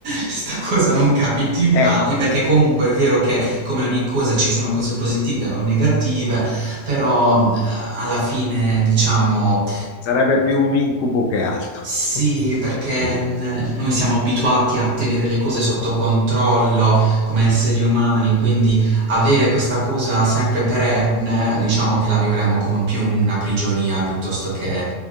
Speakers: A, on the right (about 75°); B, on the left (about 80°).
A: 'sta cosa non capiti
B: Ecco,
A: mai, perché comunque è vero che come ogni cosa ci sono cose positive o negative, però, ehm, alla fine, diciamo
B: sarebbe più un incubo che altro.
A: Sì,
B: <laughs>
A: perché mh, noi siamo abituati a tenere le cose sotto controllo come esseri umani, quindi avere questa cosa sempre perenne, diciamo che la vivremmo come un- più una prigionia piuttosto che